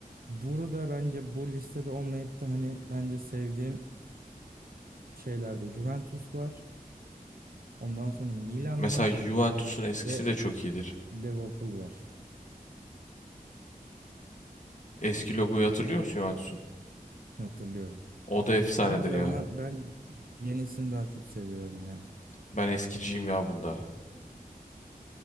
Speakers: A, on the right; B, on the left.
A: burada bence bu listede olmayıp da hani bence sevdiğim şeylerde Juventus var. Ondan sonra Milan
B: Mesela
A: var
B: Juventus'un eskisi
A: ve
B: de çok iyidir.
A: Liverpool var.
B: Eski logoyu hatırlıyor musun Juventus'un?
A: Hatırlıyorum.
B: O da efsanedir
A: Bence
B: ya.
A: ama ben yenisini daha çok seviyorum ya.
B: Ben eskiciyim ya bunda.